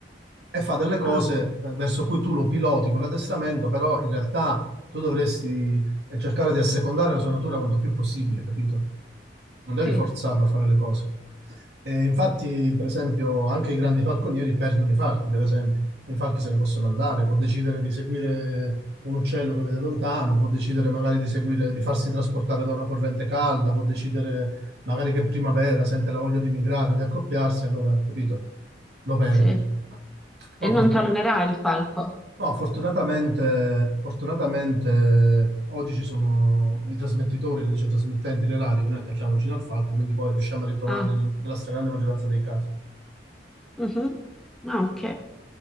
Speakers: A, on the right; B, in the centre.
A: e fa delle cose
B: Ah,
A: eh, verso cui tu lo piloti con l'addestramento, però in realtà tu dovresti eh, cercare di assecondare la sua natura quanto più possibile, capito? Non devi
B: sì,
A: forzarlo a fare le cose. E infatti, per esempio, anche i grandi falconieri perdono i falchi, per esempio. I falchi se ne possono andare, può decidere di seguire un uccello che vede lontano, può decidere magari di seguire, di farsi trasportare da una corrente calda, può decidere magari che primavera sente la voglia di migrare, di accoppiarsi, allora, capito? lo perdi.
B: sì. E
A: Però
B: non
A: fort-
B: tornerà il falco.
A: no, fortunatamente, fortunatamente oggi ci sono i trasmettitori, le dice, trasmittenti, le radio che noi attacchiamo vicino al falco, quindi poi riusciamo a ritrovarli
B: Ah,
A: nel- nella stragrande maggioranza dei casi.
B: mhm. Ah, ok.